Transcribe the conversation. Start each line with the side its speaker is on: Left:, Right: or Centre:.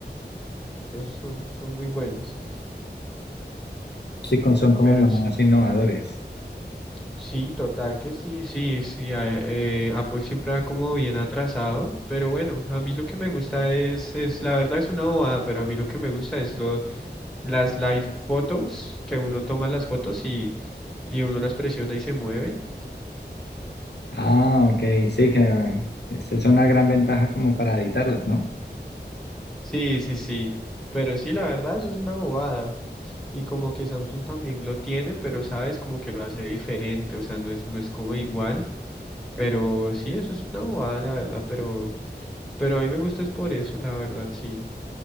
Centre: esos son, son muy buenos,
Left: Sí, con- son como
Centre: pero
Left: más
Centre: sí.
Left: innovadores.
Centre: Sí, total que sí, sí, sí. a- eh, Apple siempre va como bien atrasado, pero bueno, a mí lo que me gusta es, es, la verdad es una bobada, pero a mí lo que me gusta es lo, las live photos, que uno toma las fotos y, y uno las presiona y se mueven.
Left: Ah, ok, sí, que esa es una gran ventaja como para editarlas, ¿no?
Centre: Sí, sí, sí, pero sí, la verdad eso es una bobada. Y como que Samsung también lo tiene, pero sabes, como que lo hace diferente, o sea, no es, no es como igual, pero sí, eso es una bobada, la verdad, pero, pero a mí me gusta es por eso, la verdad, sí.